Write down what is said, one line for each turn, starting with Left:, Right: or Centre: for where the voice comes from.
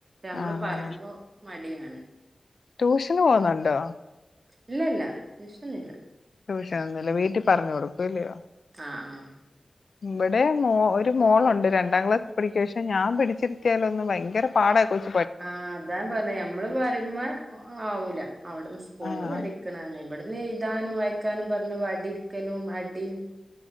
Right: നമ്മള്
Left: ആഹ്
Right: പറയുമ്പോ
Left: ആഹ്
Right: മടിയാണ്.
Left: ട്യൂഷന് പോകുന്നുണ്ടോ?
Right: ഇല്ല ഇല്ല ട്യൂഷനില്ല
Left: ട്യൂഷൻ ഒന്നുവില്ല വീട്ടി പറഞ്ഞു കൊടുക്കൂല്യോ
Right: ആ ആ
Left: ഇവിടെ മോ ഒരു മോളുണ്ട് രണ്ടാം ക്ലാസ്സിൽ പഠിക്ക പക്ഷെ ഞാൻ പിടിച്ചിരുത്തിയാലും ഒന്ന് ഭയങ്കര പാടായികൊച്ച
Right: ആ അതാണ് പറഞ്ഞേ ഞമ്മള് പറയുമ്പോ ആവൂല അവിടുന്ന് സ്കൂളി
Left: ആഹ്
Right: ന്ന് പഠിക്കണ തന്നെ ഇവിടന്ന് എഴുതാനും വായിക്കാനും പറഞ്ഞു വടിടെക്കലും അടിം